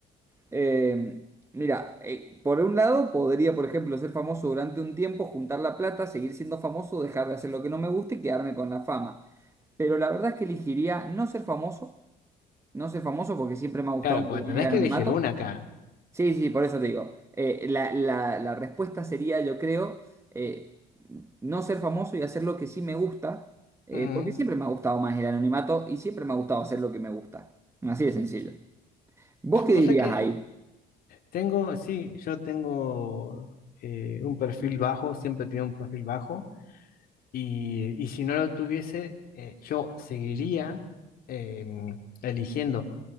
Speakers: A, on the right (about 15°); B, on the left (about 60°).
A: Eh, mira, eh, por un lado podría, por ejemplo, ser famoso durante un tiempo, juntar la plata, seguir siendo famoso, dejar de hacer lo que no me gusta y quedarme con la fama. Pero la verdad es que elegiría no ser famoso no soy famoso porque siempre me ha gustado
B: Claro,
A: un
B: porque
A: poco más
B: tenés
A: el anonimato.
B: que elegir una acá.
A: Sí, sí, por eso te digo. Eh, la, la- la respuesta sería, yo creo, eh, no ser famoso y hacer lo que sí me gusta, eh,
B: Ujú.
A: porque siempre me ha gustado más el anonimato y siempre me ha gustado hacer lo que me gusta. Así de sencillo. ¿Vos qué dirías
B: O sea que
A: ahí?
B: Tengo, sí, yo tengo eh, un perfil bajo, siempre he tenido un perfil bajo, y, y si no lo tuviese, eh, yo seguiría em, eligiendo